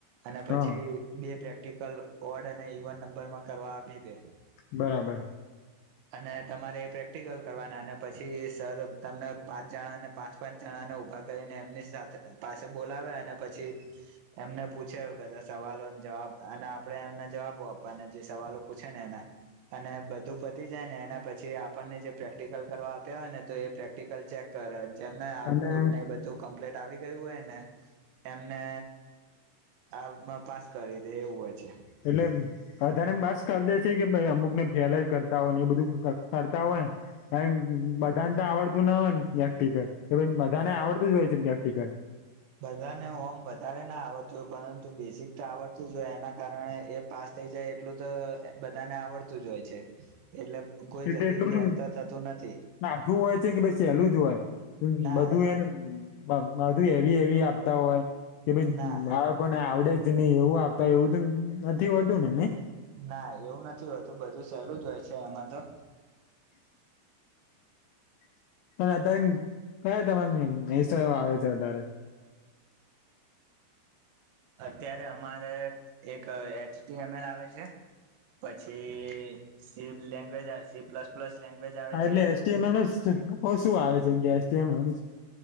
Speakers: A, on the right; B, on the left.
A: અને પછી
B: હા
A: બે પ્રેક્ટિકલ વોર્ડ અને ઇવન નંબરમાં કરવા આપી દે
B: બરાબર
A: અને તમારે એ પ્રેક્ટિકલ કરવાના અને પછી સર તમને પાંચ જણા ને પાંચ પાંચ જણા ને ઉભા કરીને એમની પાસે બોલાવે અને પછી એમને પૂછે બધા સવાલ જવાબ અને આપણે એમના જવાબો આપવા અને જે સવાલો પૂછેને એના અને બધું પતી જાય ને એના પછી આપણને જે પ્રેક્ટિકલ કરવા આપ્યા હોય ને તો એ પ્રેક્ટિકલ ચેક કરે એમને આઉટપુટ
B: અને
A: ને બધું કમ્પ્લીટ આવી ગયું હોયને એમને આમાં પાસ કરી દે એવું હોય છે.
B: એટલે અધારે એમ પાસ કરી દે છે કે પછી અમુક ને ફેલેય કરતા હોય ને એ બધું કરતા હોયને બધાને તો આવડતું ના હોય ને પ્રેક્ટિકલ કે બધાને આવડતું જ હોય છે પ્રેક્ટિકલ
A: બધાને હોમ વધારે ના આવડતું હોય પરંતુ બેસિક તો આવડતું જોય એના કારણે એ પાસ. થઈ જાય એટલું તો બધાને આવડતું જ હોય છે. એટલે કોઈ
B: એટલે
A: જલ્દી
B: એટલું
A: ફેલ
B: જ
A: તો થતું નથી
B: કાઠું હોય છે કે પછી સહેલું જ હોય.
A: ના
B: બધું એને. બધું એવી એવી આપતા હોય કે ભાઈ
A: ના
B: બાળકોને આવડે જ. નહી એવું આપતા એવું તો નથી હોતું ને નહી.
A: ના એવું નથી હોતું બધું સહેલું જ હોય છે એમાં તો.
B: <inaudible> પણ અત્યારે કયા <unintelligible> આવે છે અતારે
A: અત્યારે અમારે એક એચટીએમએલ આવે છે. પછી C language C plus plus. Language આવે
B: હા એટલે
A: છે
B: એચટીએમએલ મા શું આવે છે કે એચટીએમએલ.